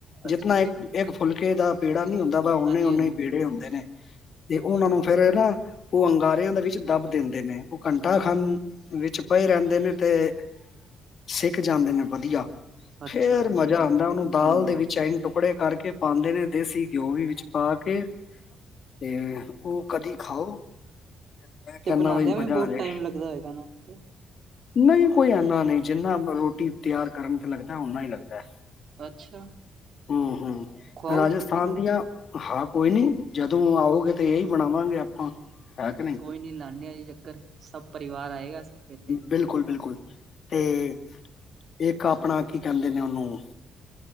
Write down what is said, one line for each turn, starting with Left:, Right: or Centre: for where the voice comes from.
Left: ਜਿਤਨਾ
Right: ਅੱਛਾ-ਅੱਛਾ,
Left: ਇੱਕ ਇੱਕ ਫੁਲਕੇ ਦਾ। ਪੇੜਾ ਨੀ ਹੁੰਦਾ ਵਾ ਓਨੇ
Right: ਹਾਂਜੀ-ਹਾਂਜੀ,
Left: ਓਨੇ ਹੀ ਪੇੜੇ ਹੁੰਦੇ ਨੇ ਤੇ
Right: ਅੱਛਾ,
Left: ਉਹਨਾ ਨੂੰ ਫੇਰ ਨਾ ਉਹ ਅੰਗਾਰਿਆਂ ਦੇ ਵਿੱਚ ਦੱਬ ਦਿੰਦੇ ਨੇ ਉਹ ਘੰਟਾ ਖੰ ਵਿੱਚ ਪਏ ਰਹਿੰਦੇ ਨੇ ਤੇ ਸਿੱਕ ਜਾਂਦੇ ਨੇ ਵਧੀਆ।
Right: ਅੱਛਾ-ਅੱਛਾ,
Left: ਫੇਰ ਮਜ਼ਾ ਆਉਂਦਾ ਉਹਨੂੰ ਦਾਲ
Right: ਹੂੰ।
Left: ਦੇ ਵਿੱਚ ਟੁਕੜੇ ਕਰਕੇ ਪਾਂਂਦੇ ਨੇ ਦੇਸੀ ਘਿਓ ਵੀ ਵਿੱਚ ਪਾ ਕੇ। ਤੇ ਓ ਕਦੀ ਖਾਓ ਮੈਂ
Right: ਤੇ
Left: ਕੈਂਦਾ
Right: ਬਣਾਦਿਆਂ
Left: ਵਈ
Right: ਵੀ
Left: ਮਜ਼ਾ
Right: ਬਹੁਤ
Left: ਆਜੇ।
Right: ਟਾਈਮ ਲੱਗਦਾ ਹੋਏਗਾ <unintelligible> ਨੂੰ ਤੇ
Left: ਨਈ ਕੋਈ ਐਨਾ ਨਈ ਜਿੰਨਾ ਰੋਟੀ ਤਿਆਰ ਕਰਨ ਤੇ ਲੱਗਦੈ, ਓਨਾ ਈ ਲੱਗਦੈ,
Right: ਅੱਛਾ,
Left: ਹੂੰ, ਹੂੰ।
Right: ਖਵਾਓ
Left: ਰਾਜਸਥਾਨ
Right: ਕਿਸੇ ਦਿਨ
Left: ਦੀਆਂ ਹਾਂ, ਕੋਈ ਨੀ ਜਦੋ ਆਓਗੇ ਤੇ ਏਈ ਬਣਾਵਾਂਗੇ ਆਪਾਂ, ਹੈ ਕੇ ਨੀ
Right: ਕੋਈ ਨੀ ਲਾਨੇ ਆ ਜੀ ਚੱਕਰ, ਸਬ ਪਰਿਵਾਰ ਆਏਗਾ ਅਸੀ ਫੇਰ ਤੇ
Left: ਬਿਲਕੁਲ, ਬਿਲਕੁਲ, ਤੇ ਏਕ ਆਪਣਾ ਕੀ ਕੈਂਦੇ ਨੇ ਓਨੂੰ